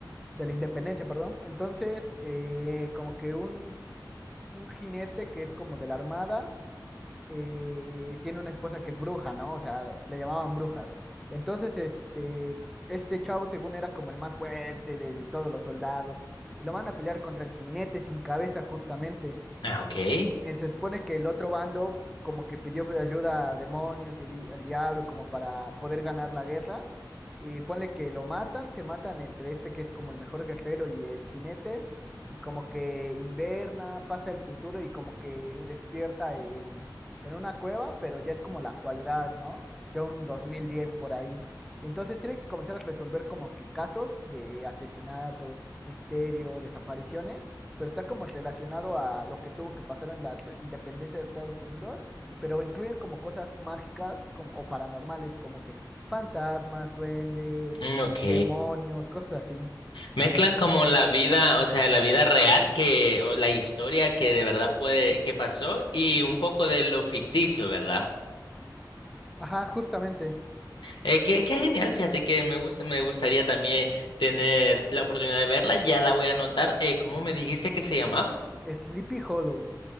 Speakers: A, in the centre; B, on the left.
A: de la independencia, perdón. Entonces, eh, como que un, un jinete que es como de la armada, eh, tiene una esposa que es bruja, ¿no? O sea, le llamaban brujas. Entonces, este, este chavo según era como el más fuerte de, de todos los soldados. Y lo van a pelear contra el jinete sin cabeza justamente.
B: Ah, ok.
A: Y se supone que el otro bando como que pidió ayuda a demonios y di- al diablo como para poder ganar la guerra. Y ponle que lo matan, se matan entre este que es como el mejor guerrero y el jinete. Y como que inverna, pasa el futuro y como que despierta en, en una cueva, pero ya es como la actualidad, ¿no? Ya un 2010 por ahí. Entonces tiene que comenzar a resolver como que casos de asesinato, misterio, desapariciones pero está como relacionado a lo que tuvo que pasar en la re- independencia de Estados Unidos, pero incluye como cosas mágicas como, o paranormales, como que fantasmas, duendes,
B: Mm, ok.
A: demonios, cosas así.
B: Mezclan como la vida, o sea, la vida real que, o la historia que de verdad puede, que pasó y un poco de lo ficticio, ¿verdad?
A: Ajá, justamente,
B: Eh, qué, qué genial, fíjate que me gusta, me gustaría también tener la oportunidad de verla, ya la voy a anotar. Eh, ¿cómo me dijiste que se llamaba?
A: Sleepy Hollow.